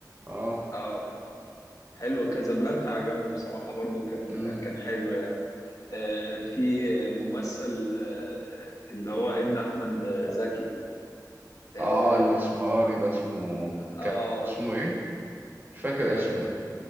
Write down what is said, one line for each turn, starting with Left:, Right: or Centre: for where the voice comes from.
Right: اه
Left: اه حلو كازابلانكا عجبني بصراحه برضو كان
Right: امم
Left: كان حلو يعني آه، في ممثل آه، اللي هو ابن احمد زكي آه،
Right: اه الاسمراني ده اسمه
Left: اه
Right: ك... اسمه ايه مش فاكر
Left: آه،
Right: اسمه